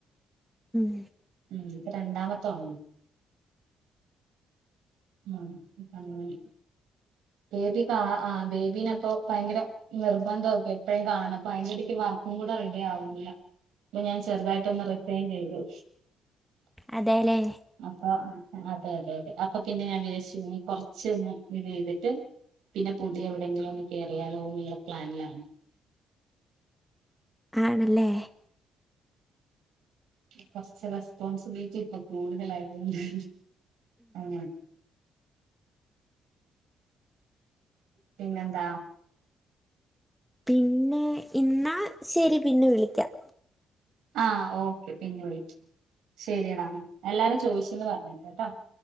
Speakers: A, in the centre; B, on the right (about 80°).
A: ഉം
B: ഉം ഇപരണ്ടാമത്തെ ഓ <unintelligible> ബേബികാ ആബേബീപ്പൊ ഭയങ്കരനിർബന്ധംഒക്കെ എപ്പഴും കാണണം അപ്പ അയിന്റടക്ക് വർക്കും കൂടെ റെഡി ആവുന്നില്ല അപ്പൊ ഞാൻ ചെറുതായിട്ടൊന്ന് റിഫൈൻ ചെയ്തു
A: അതേല്ലേ
B: അപ്പൊ അതെഅതെഅതെ അപ്പൊ പിന്നെ ഞാൻ വിചാര്ച് കൊർച്ന്ന് ഇത് ചെയ്തിട്ട് പിന്നെ പുതിയ എവിടെയെങ്കിലും ഒന്ന് കയറിയാലോ എന്നുള്ള പ്ലാനിലാണ്
A: ആണല്ലേ
B: കൊറച്ച് റെസ്പോൺസിബിലിറ്റി ഇപം കൂടുതലായതുകൊണ്ടേ അങ്ങനെ. പിന്നെന്താ.
A: പിന്നെ. ഇന്നാ ശരി പിന്നെ വിളിക്കാം.
B: ആഹ് ഓക്കെ പിന്നെ വിളിക്കാ. ശരി എടാ എല്ലാരും ചോദിചീന്ന് പറഞ്ഞേക് ട്ടോ.